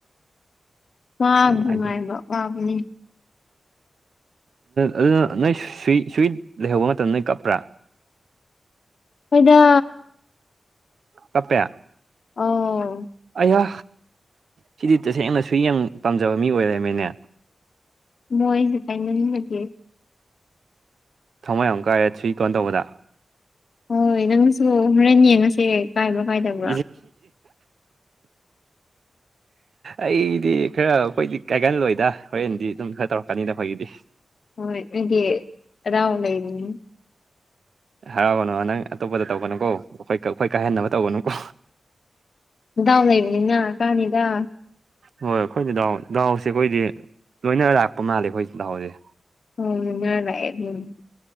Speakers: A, on the left (about 65°); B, on the right (about 75°).
A: ꯑꯣ
B: ꯅꯨꯡꯉꯥꯏꯇꯦ
A: <unintelligible>
B: ꯑꯗꯨ
A: ꯕꯅꯤ
B: ꯑꯗꯨꯅ ꯅꯣꯏ ꯁꯨꯏ ꯁꯨꯏ ꯂꯩꯍꯧꯕ ꯃꯇꯝꯗ ꯅꯣꯏ ꯀꯞꯄ꯭ꯔꯥ?
A: ꯍꯣꯏꯗ
B: ꯇꯞꯄꯦ
A: ꯑꯧ
B: ꯑꯌꯥ ꯁꯤꯗꯤ ꯇꯁꯦꯡꯅ ꯁꯨꯏ ꯌꯝ ꯄꯥꯝꯖꯕ ꯃꯤ ꯑꯣꯏꯔꯃꯦꯅꯦ
A: ꯃꯣꯏꯁꯦ ꯇꯥꯟꯃꯟꯕꯒꯤ
B: ꯊꯃꯣꯏ ꯌꯥꯝ ꯀꯥꯏꯔꯦ ꯊ꯭ꯔꯤ ꯀꯣꯟ ꯇꯧꯕꯗ
A: ꯍꯣꯏ ꯅꯪꯁꯨ ꯍꯨꯔꯦꯟ ꯌꯦꯡꯉꯁꯦ ꯀꯥꯏꯕ꯭ꯔꯥ
B: <inaudible>
A: ꯀꯥꯏꯗꯕ꯭ꯔꯥ
B: ꯑꯩꯗꯤ ꯈꯔ ꯑꯩꯈꯣꯏꯗꯤ ꯀꯥꯏꯒꯜꯂꯣꯏꯗ ꯍꯣꯔꯦꯟꯗꯤ ꯑꯗꯨꯝ ꯈꯔ ꯇꯧꯔꯛꯀꯅꯤꯗ ꯑꯩꯈꯣꯏꯒꯤꯗꯤ
A: ꯍꯣꯏ ꯅꯗꯤ ꯍꯔꯥꯎ ꯂꯩꯕꯅꯤ
B: ꯍꯔꯥꯎꯒꯅꯨ ꯅꯪ ꯑꯇꯣꯞꯄꯗ ꯇꯧꯕꯅꯨꯀꯣ ꯑꯩꯈꯣꯏ ꯑꯩꯈꯣꯏ ꯀꯥꯏꯍꯟꯅꯕ ꯇꯧꯕꯅꯨꯀꯣ
A: ꯗꯥꯎ ꯂꯩꯕꯅꯤꯅ ꯀꯥꯅꯤꯗ
B: ꯍꯣꯏ ꯑꯩꯈꯣꯏꯗꯤ ꯗꯥꯍꯎ ꯗꯥꯍꯎꯁꯦ ꯑꯩꯈꯣꯏꯗꯤ ꯂꯣꯏꯅ ꯂꯥꯛꯄ ꯃꯥꯜꯂꯦ ꯑꯩꯈꯣꯏ ꯗꯥꯍꯥꯎꯁꯦ
A: ꯎꯝ ꯅꯅꯦ ꯎꯝ